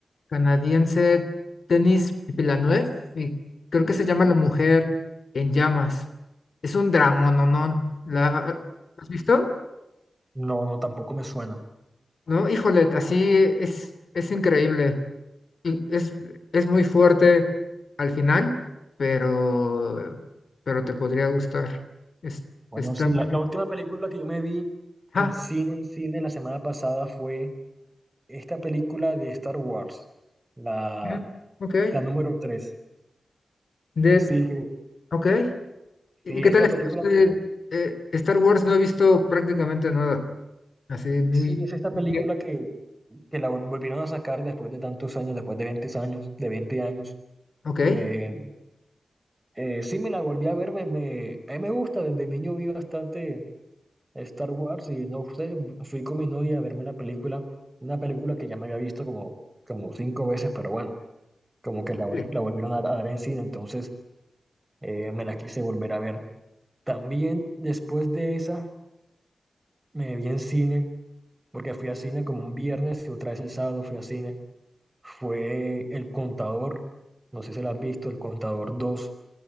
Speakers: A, on the left; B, on the right.
A: canadiense Denis Villeneuve y creo
B: Uy,
A: que se llama La Mujer en Llamas. Es un drama, no, no. ¿La has visto?
B: No, no, tampoco me suena.
A: No, híjole, así es, es increíble y es, es muy fuerte al final, pero, pero te podría gustar. Es-
B: Bueno,
A: está
B: sí,
A: muy
B: la, la última película que yo me vi en
A: Ah,
B: cine, en cine, la semana pasada fue esta película de Star Wars, la,
A: mm, ok.
B: la número tres
A: Dead,
B: Sí, que,
A: ok. ¿Y
B: sí,
A: qué
B: esta
A: tal Star
B: película que,
A: eh, eh, Star Wars no he visto prácticamente nada. Así muy...
B: sí, es esta película
A: muy-
B: que, que la volvieron a sacar después de tantos años, después de veinte años, de veinte años.
A: Ok.
B: Eh, eh, sí, me la volví a ver, me, me- a mí me gusta, desde niño vi bastante Star Wars y no sé, fui con mi novia a verme una película, una película que ya me había visto como, como cinco veces, pero bueno, como que
A: Vale.
B: la, vol- la volvieron a, dar a dar en cine, entonces eh, me la quise volver a ver. También después de esa me vi en cine, porque fui a cine como un viernes y otra vez el sábado fui a cine, fue El Contador, no sé si la has visto, El Contador dos